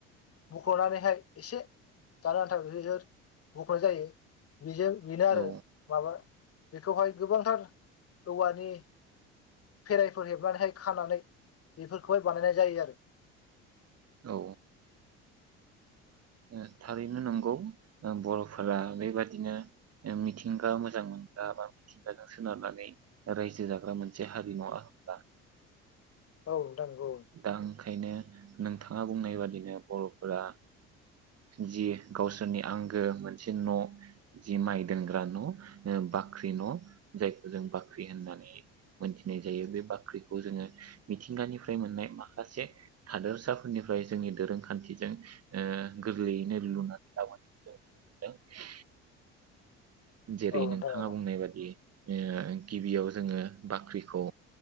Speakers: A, on the left (about 45°); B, on the right (about 50°).
A: बुख्लनानैहाय एसे जानो आन्थाव बिसोर बुखनाय जायो। बिजों बेनो
B: औ
A: आरो माबा बेखौहाय गोबांथार औवानि फेराइफोर हेबनानैहाय खानानै बेफोरखौहाय बानायनाय जायो आरो
B: औ ओ थारैनो नंगौ बर'फोरा बेबादिनो मिथिंगा मोजां मोनग्रा बा मिथिंगाजों सोनारनानै रायजो जाग्रा मोनसे हारि नङा होनब्ला
A: औ नंगौ
B: दा ओंखायनो नोंथाङा बुंनाय बादिनो बर'फोरा जि गावसोरनि आंगो मोनसे न जि माइ दोनग्रा न ओ बाख्रि न जायखौ जों बाख्रि होननानै मोनथिनाय जायो बे बाख्रिखौ जोङो मिथिंगानिफ्राय मोननाय माखासे थादोरसाफोरनिफ्राय जोंनि दोरोंखान्थिजों ओ गोरलैयैनो लुनानै लाबोनायखौ जों नुनो मोनदों। जेरै
A: औ नोंथां
B: नोंथाङा
A: औ
B: बुंनाय बादि ए गिबियाव जोङो बाख्रिखौ